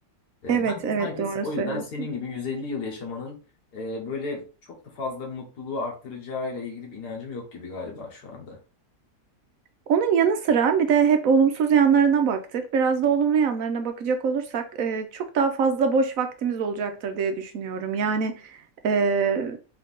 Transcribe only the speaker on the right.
Evet
evet
doğru
söylüyorsun.
Onun yanı sıra bir de hep olumsuz yanlarına baktık. Biraz da olumlu yanlarına bakacak olursak e, çok daha fazla boş vaktimiz olacaktır diye düşünüyorum. Yani e,